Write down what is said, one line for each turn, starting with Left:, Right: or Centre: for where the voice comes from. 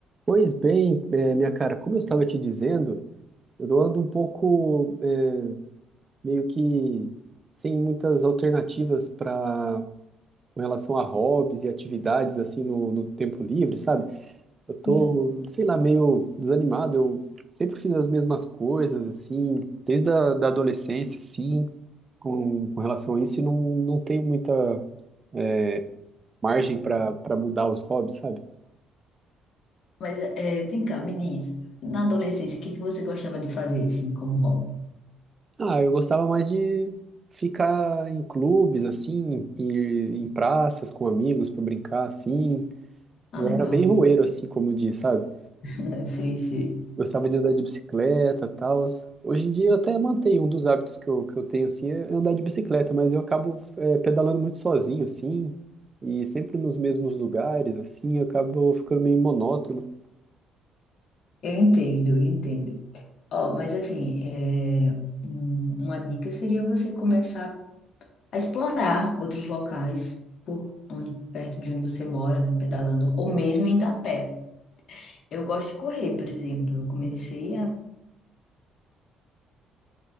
Right: Pois bem, eh, minha cara, como eu estava te dizendo, eu ando um pouco eh, meio que sem muitas alternativas para com relação a hobbies e atividades assim no, no tempo livre, sabe? Eu tô,
Left: Sim,
Right: sei lá, meio desanimado. Eu sempre fiz as mesmas coisas assim, desde a da adolescência, assim, com, com relação a isso, e não, não tenho muita eh, margem para para mudar os hobbies, sabe?
Left: mas é, vem cá, me diz, na adolescência, o que que você gostava de fazer, assim, como hobby?
Right: Ah, eu gostava mais de ficar em clubes, assim, ir em praças com amigos pra brincar, assim.
Left: Ah,
Right: Eu
Left: legal.
Right: era bem roeiro, assim, como diz, sabe?
Left: <laughs> Sei, sei.
Right: Gostava de andar de bicicleta, tal. Hoje em dia eu até mantenho um dos hábitos que eu, que eu tenho, assim, é andar de bicicleta, mas eu acabo é, pedalando muito sozinho, assim, e sempre nos mesmos lugares, assim, eu acabo ficando meio monótono.
Left: Eu entendo, eu entendo. Ó, mas assim, é, um- uma dica seria você começar a explorar outros locais por onde, perto de onde você mora, né, pedalando, ou mesmo indo a pé. Eu gosto de correr, por exemplo. Eu comecei a...